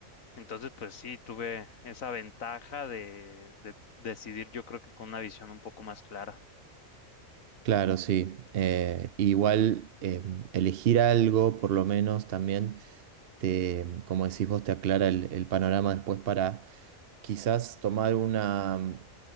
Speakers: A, on the left (about 75°); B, on the right (about 55°).
A: Entonces, pues sí, tuve esa ventaja de, de decidir, yo creo que con una visión un poco más clara.
B: Claro, sí. Eh, igual em, elegir algo, por lo menos también, te, como decís vos, te aclara el, el panorama después para quizás tomar una,